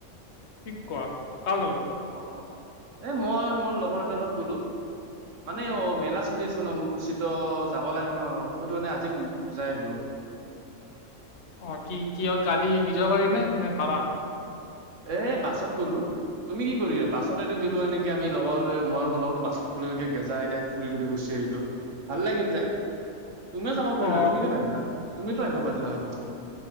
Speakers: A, on the left; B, on the right.
A: কি কোৱা কাৰ লগত।
B: অ এ মই মোৰ লগৰ এটাৰ লগত গ'লো। মানে অ মেলা চলি আছে অম্বুবাচীত। ত যাব লাগে ন সেইটো কাৰণে‌ আজি যাই আহিলোঁ
A: অ কি কিহত গাড়ী নিজৰ গাড়ী নে নে ভাড়া।
B: এ বাছত গ'লো। তুমি কি কৰিলা বাছত এ গলোঁ এনেকে আমি লগৰ মই মোৰ লগৰতো বাছত গলোঁ, এনেকে গেজাই এটাই ফুৰি ধৰি গুছি আহিলো। সেইটো ভাল লাগিল যাই। তুমিয়ে যাব পাৰিলা
A: অ
B: তুমি কিয় নাহিলা। তুমিতো আহিব পাৰিলা আমাৰ লগত।